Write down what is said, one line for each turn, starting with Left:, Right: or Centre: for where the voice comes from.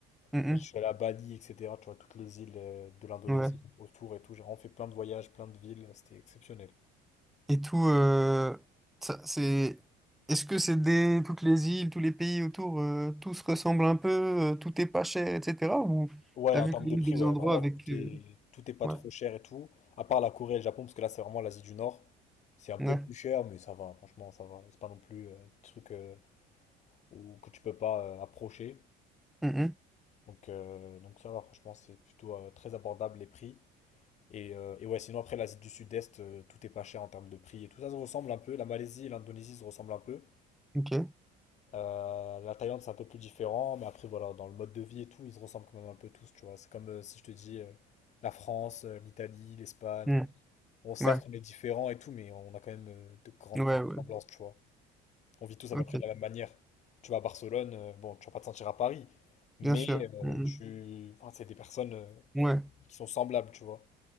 Centre: Mm,
Left: après je suis allé à Bali, etc. Tu vois, toutes les îles euh, de l'Indonésie
Centre: mm, ouais.
Left: autour et tout. J'ai vraiment fait plein de voyages, plein de villes, c'était exceptionnel.
Centre: Et tout, euh, ça, c'est. Est-ce que c'est des toutes les îles, tous les pays autour, euh, tout se ressemble un peu, euh, tout est pas cher, etc. Ou
Left: Ouais,
Centre: t'as
Left: en
Centre: vu
Left: termes
Centre: quand même
Left: de prix,
Centre: des
Left: ouais,
Centre: endroits
Left: vraiment
Centre: avec.
Left: tout est,
Centre: euh,
Left: tout est pas
Centre: Ouais,
Left: trop cher et tout, à part la Corée et le Japon, parce que là c'est vraiment l'Asie du Nord. C'est un peu
Centre: ouais.
Left: plus cher, mais ça va, franchement, ça va. C'est pas non plus euh, des trucs euh, ou que tu peux pas euh, approcher.
Centre: Mm, mm,
Left: Donc, euh, donc ça va, franchement, c'est plutôt euh, très abordable les prix. Et, euh, et ouais, sinon après l'Asie du Sud-Est, euh, tout est pas cher en termes de prix et tout ça se ressemble un peu. La Malaisie et l'Indonésie se ressemblent un peu.
Centre: ok.
Left: Euh, la Thaïlande, c'est un peu plus différent, mais après, voilà, dans le mode de vie et tout, ils se ressemblent quand même un peu tous, tu vois. C'est comme euh, si je te dis euh, la France, euh, l'Italie, l'Espagne.
Centre: Mm,
Left: On, certes,
Centre: ouais,
Left: on est différents et tout, mais on a quand même euh, de grandes,
Centre: ouais,
Left: grandes
Centre: ouais.
Left: ressemblances, tu vois. On vit tous à
Centre: Ok,
Left: peu près de la même manière. Tu vas à Barcelone, euh, bon, tu vas pas te sentir à Paris, mais
Centre: bien sûr.
Left: euh,
Centre: Mm,
Left: tu, enfin, c'est des personnes euh, qui,
Centre: mm. Ouais.
Left: qui sont semblables, tu vois.